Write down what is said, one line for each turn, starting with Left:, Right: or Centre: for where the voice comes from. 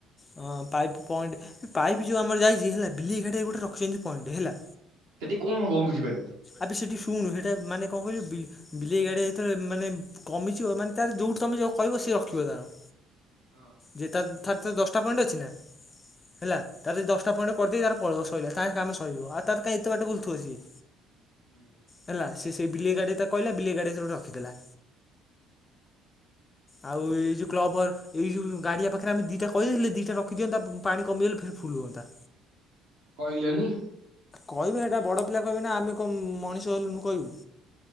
Left: ହଁ, ପାଇପ୍ ପଏଣ୍ଟ ପାଇପ୍ ଯୋଉ ଆମର ଯାଇଛି, ହେଲା ବିଲେଇ ଘାଟରେ ଗୋଟେ ରଖିଛନ୍ତି ପଏଣ୍ଟ ହେଲା।
Right: ସେଠି କଣ ହବ, ମୁ ବୁଝିପାରୁନି?
Left: ଆବେ ସେଠି ଶୁଣୁ, ହେଟା ମାନେ କଣ କହିଲୁ, ବି ବିଲେଇ ଗାଡିଆ ଯେତେବେଳେ ମାନେ କମିଯିବ, ମାନେ ତାର ଯୋଉଠୁ ତମେ ଯ କହିବ, ସିଏ ରଖିବ ତାର।
Right: ହଁ।
Left: ଯେ ତାର ତର ତ ଦଶଟା ପଏଣ୍ଟ ଅଛି ନା ହେଲା। ତାର ଯଦି ଦଶଟା ପଏଣ୍ଟ କରିଦେଇ ତାର ପଳେଇବ ସଇଲା ତା କାମ ସଇଯିବ ଆଉ ତାର କାହିଁ ଏତେ ବାଟ ବୁଲୁଥିବ ସିଏ।
Right: ହୁଁ।
Left: ହେଲା, ସେ ସେଇ ବିଲେଇ ଗାଡିଆ ତାକୁ କହିଲା, ବିଲେଇ ଗାଡିଆ ସୋଉଠୁ ରଖିଦେଲା।
Right: <inaudible>
Left: ଆଉ ଏଇ ଯୋଉ କ୍ଲବ୍ ଘର, ଏଇ ଯୋଉ ଗାଡିଆ ପାଖରେ, ଆମେ ଦିଟା କହିଦେଇଥିଲେ ଦିଟା ରଖିଦିଅନ୍ତା, ପାଣି କମିଗଲେ ଫେର୍ ଫୁଲୁଅନ୍ତା।
Right: କିହିଲନି।
Left: କହିବେ, ସେଟା ବଡ ପିଲା କହିବେ ନା, ଆମେ କଣ ମଣିଷ ହେଲୁଣୁ କହିବୁ।